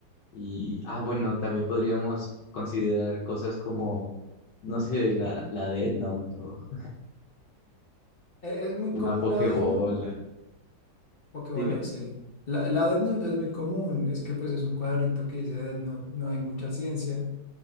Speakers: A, on the left; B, on the left.
A: Y, ah, bueno, también podríamos considerar cosas como, no sé, la, la Death Note o
B: E- Es muy
A: una
B: común
A: Pokébola.
B: la Death Note, Pokébola,
A: Dime.
B: sí. La, la Death Note es muy común, es que pues es un cuadrito que dice Death Note, no hay mucha ciencia